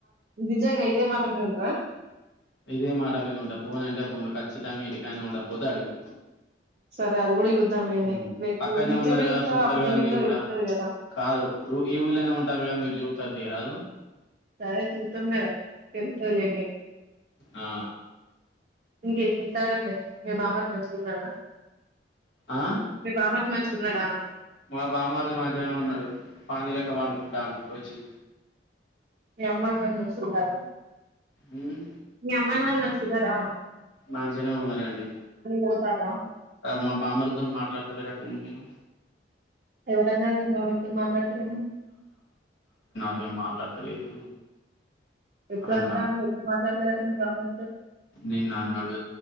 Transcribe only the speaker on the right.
నిజంగా ఇదే మాట మీద ఉంటవ
సరే అది కూడా చూద్దాం లేండి
రేపు
నిజమెంతో
అబద్ధమెంతో
తెలుత్తది
కదా
సరే చూత్తం కదా తెలుసులేండి
ఇంకేమి చేస్తారండీ ఏ భామర్ది మంచిగున్నర
మీ భామర్ది మంచి ఉన్నడా.
మీ అమ్మ నాన్న మంచిగున్నర
మీ అమ్మ నాన్న మం తిన్నర
పోతారా
ఎవరన్నారు మేము మావయ్యతోని మాట్లాడుతున్నామని
ఎప్పుడూ
అంటండ్రు ఎప్పుడు మాట్లాడ లేదు అంట పిన్నీ బాబై